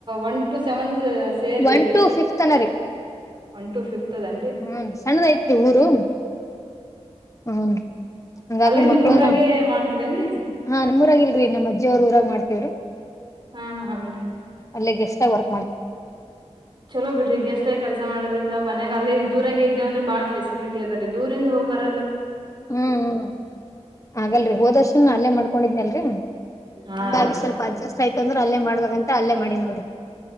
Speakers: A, on the right (about 45°); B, on the left (about 25°).
A: ಒನ್ ಟು ಸೆವೆನ್ ಸೇರಿ
B: ಒನ್
A: ರೀ
B: ಟು ಫಿಫ್ತ್ ತನರಿ
A: ಒನ್ ಟು ಫಿಫತ್ದನ
B: ಹ್ಮ ಸಣ್ಣದ ಐತ್ರಿ ಊರು ಹ್ಮ ಹಂಗಾಗಿ
A: ಅಲ್ಲೇ
B: ಮಕ್ಕಳನು
A: ನಿಮ್ ಊರಾಗೆ ಮಾಡ್ತೀರೇನ್ರಿ
B: ಹಾ ನಮ್ಊರಾಗಿಲ್ರಿ ನಮ್ಮ್ ಅಜ್ಜಿಯ ಅವರು ಊರ ಮಾಡ್ತವ್ರಿ
A: ಹಾ ಹಾನ್ರಿ
B: ಅಲ್ಲೇ ಗೆಸ್ಟ್ ಆಗ ವರ್ಕ್ ಮಾಡ್ತೀವಿ
A: ಚಲೋ ಬಿಡ್ರಿ ಗೆಸ್ಟ್ ಆಗಿ ಕೆಲಸ ಮಾಡೋದ್ರಿಂದ ಮನ್ಯಾಗ ಅಲ್ಲಿೇ ದೂರಾಗ ಇದೇವುಂದ್ರ ಬಾಳ ಫೆಸಿಲಿಟಿ ಅದ ರೀ ದೂರಿಂದ ಹೋಗಿ ಬರ
B: ಹ್ಮ್ ಹಾಗಗಲ್ರಿ ಹೋದರ್ಶನ್ ಅಲ್ಲೇ ಮಾಡ್ಕೊಂಡಿದ್ನಲ್ರಿ
A: ಹಾ
B: ಒಂದಾಗಿ
A: ರೀ
B: ಸ್ವಲ್ಪ ಅಡ್ಜಸ್ಟ್ ಆಯ್ತಂದ್ರೆ ಅಲ್ಲೇ ಮಾಡ್ಬೇಕಂತ ಅಲ್ಲೇ ಮಾಡಿ ನೋಡ್ರಿ